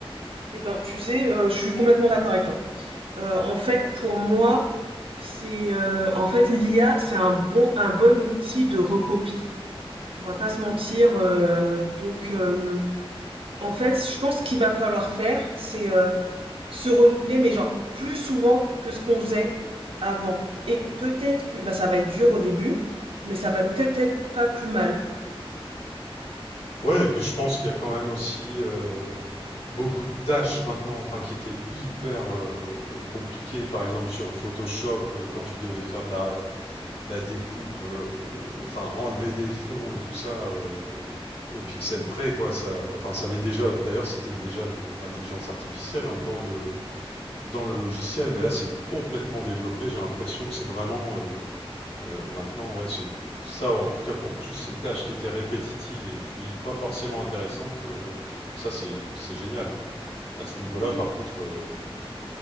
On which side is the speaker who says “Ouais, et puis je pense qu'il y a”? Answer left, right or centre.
Left